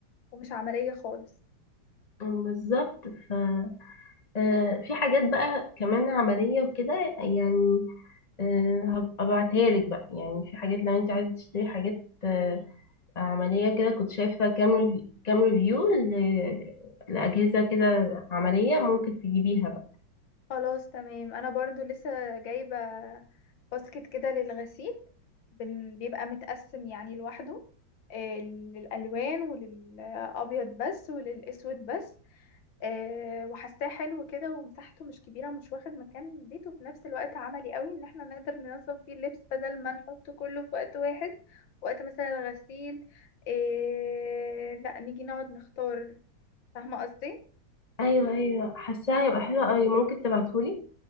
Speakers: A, on the left; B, on the left.
A: ومش عملية خالص
B: <laughs> بالظبط ف آه، في حاجات بقى كمان عمليه وكده يعني آه، هبقى ابعتها لك بقى يعني في حاجات لو انت عايزه تشتري حاجات آه، عملية كده كنت شايفة كام ريف- كام ريفيو ل- لأجهزة كده عملية ممكن تجيبيها بقى
A: خلاص تمام انا برضو لسه جايبة باسكت كده للغسيل بن- بيبقى متقسم يعني لوحده آه، للألوان وللأبيض بس وللأسود بس آه، وحاساه حلو كده ومساحته مش كبيرة مش واخد مكان البيت وفي نفس الوقت عملي قوي ان احنا نقدر ننظم فيه اللبس بدل ما نحط كله في وقت واحد وقت مثلا الغسيل آه، لا نيجي نقعد نختار فاهمة قصدي؟
B: أيوة أيوة حاساها هيبقى حلوة أوي ممكن تبعتهولي